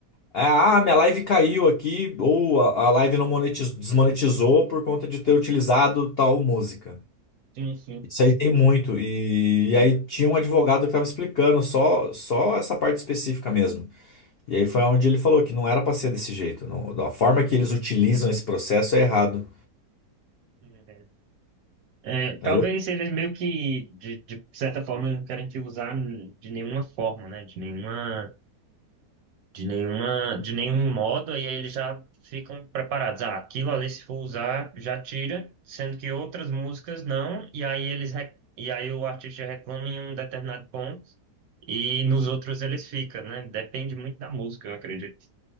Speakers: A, on the left; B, on the right.
A: É, Ah, minha live caiu aqui, ou a, a live não monetizou, desmonetizou por conta de ter utilizado tal música.
B: Sim, sim.
A: Isso aí tem muito. E, e aí tinha um advogado que estava explicando só, só essa parte específica mesmo. E aí foi onde ele falou que não era para ser desse jeito. Não, a forma que eles utilizam esse processo é errado.
B: É, verdade. É, talvez
A: né? É louco.
B: eles meio que, de, de certa forma, não querem te usar de nenhuma forma, né? De nenhuma, de nenhuma, de nenhum modo, e aí eles já ficam preparados. Ah, aquilo ali, se for usar, já tira, sendo que outras músicas não, e aí eles, re- e aí o artista reclama em um determinado ponto, e nos outros eles ficam, né? Depende muito da música, eu acredito.